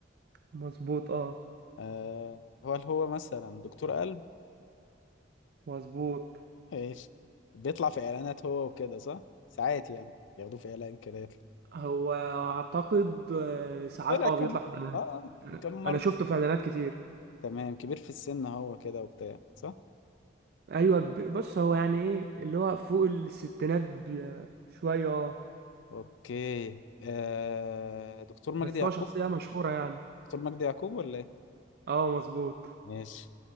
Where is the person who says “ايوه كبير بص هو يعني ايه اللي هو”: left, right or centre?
Right